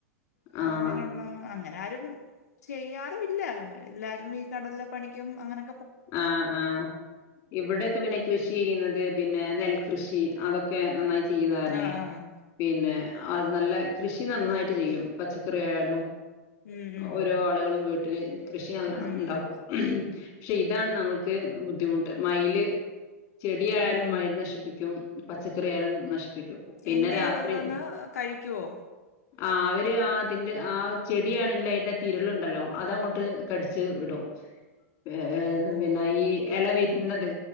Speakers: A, on the left; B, on the left.
A: ആഹ്
B: അങ്ങനുള്ള അ അങ്ങന ആരും ചെയ്യാറും ഇല്ല എല്ലാരും ഈ കടലിലെ പണിക്കും അങ്ങനെ
A: ആ ആഹ് ഇവിടെക്കെ പിന്നെ കൃഷി ചെയ്യുന്നത് പിന്നെ നെൽകൃഷി അതൊക്കെ നന്നായി ചെയ്യുന്ന കാരണേ
B: ആഹ് ആഹ്
A: പിന്നെ അത് നല്ല കൃഷി, നന്നായിട്ട് ചെയ്യും പച്ചക്കറി ആയാലും
B: ഉം ഉം
A: ഓരോ ആളുകളും വീട്ട് ലെ കൃഷിയെല്ലാം
B: ഉം
A: ഉണ്ടാക്കും ഇതാണ് നമ്മ്ക്ക് ബുദ്ധിമുട്ട് മയില് ചെടിയായാലും
B: ഉം
A: മഴ നശിപ്പിക്കും പച്ചക്കറിയായാലും നശിപ്പിക്കും പിന്നെ
B: എന്ത് ചെയ്യും
A: രാത്രി
B: അത് വന്ന് കഴിക്കുവോ
A: ആ അവര് ആ അതിൻ്റ ആ ചെടിയാണെങ്കില് അതിനാത്ത് ഇരുളുണ്ടല്ലോ അതങ്ങോട്ട് കടിച്ചു വിടും ഏ ത്
B: ഓ
A: പിന്നെ ഈ എലവി എന്നത്